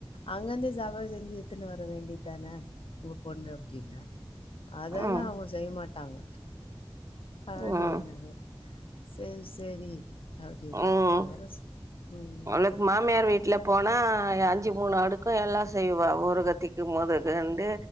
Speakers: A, on the left; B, on the right.
A: அங்கந்தே சாப்பாடு செஞ்சி எத்துன்னு வர வேண்டிதான ஒங்க பொண்ணு அப்டின்ன அதல்லா
B: ம்
A: அவ்ங்க செய் மாட்டாங்க அப்டின்ன
B: ம்
A: சேரி சேரி அப்டினா
B: ம்
A: அதோட ம்
B: உனக்கு மாமியார் வீட்ல போனா அஞ்சு மூணு அடுக்க எல்லா செய்வா ஓரகத்தி மொதகண்டு